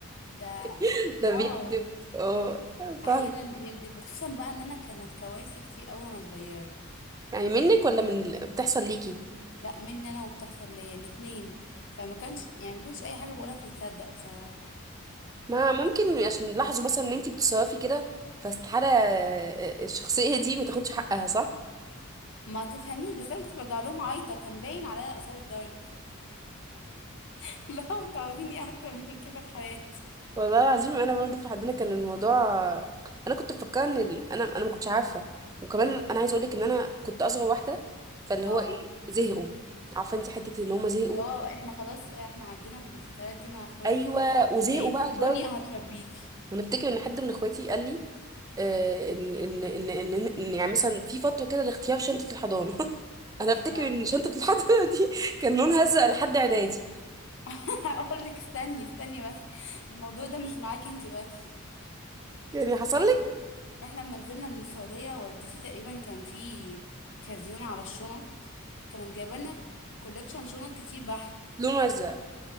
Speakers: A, on the left; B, on the right.
A: ده
B: <laughs> ده
A: اه
B: بيكذب اه فاهم
A: احيانا بيكذب وخصوصا بقى ان انا كانت كوارثي كتير قوي وانا صغيرة
B: يعني منك ولا من بتحصل ليكي
A: لا مني انا وبتحصل ليا الاتنين فما كانش يعني ما كنتش اي حاجه بقولها بتتصدق بصراحه
B: ما ممكن عشان لاحظوا مثلا ان انتي بتصرفي كده فاستحالة آه، آه، الشخصية دي ما تاخدش حقها صح؟
A: ما تفهميش بس انا كنت برجع لهم عايطه كان باين عليا اثار الضرب <laughs> لا انتوا عاوزين ايه اكتر من كده في حياتي
B: والله العظيم انا برضه في حدنا كان الموضوع انا كنت مفكره ان ال- انا انا ما كنتش عارفة وكمان انا عايزة اقول لك ان انا كنت اصغر واحدة فاللي
A: اه
B: هو ايه زهقوا عارفة انتي حتة ان هما زهقوا
A: اللي هو احنا خلاص احنا عدينا بالفترات دي مع اخواتك
B: ايوه وزهقوا
A: يا انتي
B: بقى
A: الدنيا
B: لدرجة
A: هتربيكي
B: انا افتكر ان حد من اخواتي قال لي آه، ان ان ان ان إن- إن يعني مثلا في فترة كده لاختيار شنطة الحضانة <laughs> انا افتكر
A: اه
B: ان شنطة الحضانة دي كان لونها ازرق لحد اعدادي
A: <laughs> هقول لك استني استني بس الموضوع ده مش معاكي انتي بس
B: يعني حصل
A: انا
B: لك
A: احنا لما نزلنا من السعودية والدتي تقريبا كان في كازيون على الشنط كانت جايبه لنا كوليكشن شنط كتير بحت
B: لونه ازرق